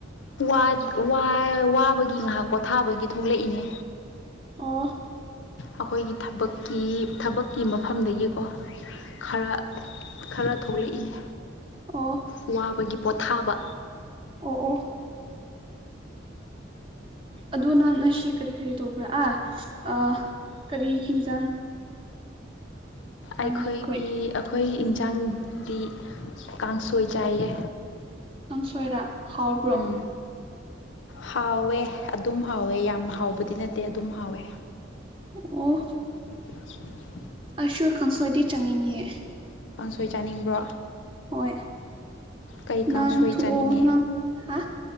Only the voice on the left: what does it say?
ꯋꯥ ꯋꯥ ꯋꯥꯕꯒꯤ ꯉꯥꯏꯍꯥꯛ ꯄꯣꯊꯥꯕꯒꯤ ꯊꯣꯛꯂꯛꯏꯅꯦ
ꯑꯩꯈꯣꯏꯒꯤ ꯊꯕꯛꯀꯤ ꯊꯕꯛꯀꯤ ꯃꯐꯝꯗꯒꯤꯀꯣ ꯈꯔ ꯈꯔ ꯊꯣꯛꯂꯛꯏꯅꯦ
ꯋꯥꯕꯒꯤ ꯄꯣꯊꯥꯕ
ꯑꯩꯈꯣꯏꯒꯤ
ꯑꯩꯈꯣꯏ ꯏꯟꯖꯥꯡꯗꯤ ꯀꯥꯡꯁꯣꯏ ꯆꯥꯏꯌꯦ
ꯎꯝ ꯍꯥꯎꯋꯦ ꯑꯗꯨꯝ ꯍꯥꯎꯋꯦ ꯌꯥꯝ ꯍꯥꯎꯕꯗꯤ ꯅꯠꯇꯦ ꯑꯗꯨꯝ ꯍꯥꯎꯋꯦ
<inaudible>
ꯀꯥꯡꯁꯣꯏ ꯆꯥꯅꯤꯡꯕ꯭ꯔꯣ
ꯀꯩ ꯀꯥꯡꯁꯣꯏ
ꯆꯥꯅꯤꯡꯉꯦ